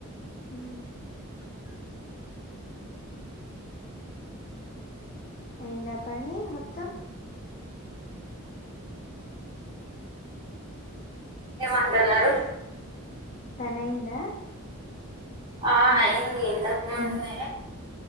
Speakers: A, on the left (about 30°); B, on the right (about 20°).
A: ఊమ్ అయిందా పని మొత్తం
B: ఏమంటున్నారు
A: పనైందా
B: ఆ అయింది ఇంతక ముందే